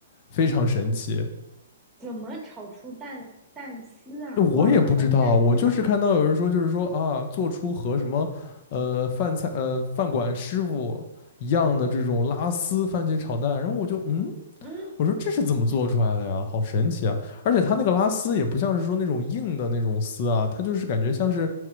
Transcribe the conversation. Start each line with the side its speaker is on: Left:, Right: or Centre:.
Left: 非常神奇。
Right: 怎么炒出蛋蛋丝啊？
Left: 我也不知道，
Right: 哇，好厉害的技法！
Left: 我就是看到有人说，就是说啊，做出和什么呃饭菜呃饭馆师傅一样的这种拉丝番茄炒蛋，然后我就嗯，
Right: 嗯，
Left: 我说这是怎么做出来的呀？好神奇啊！而且它那个拉丝也不像是说那种硬的那种丝啊，它就是感觉像是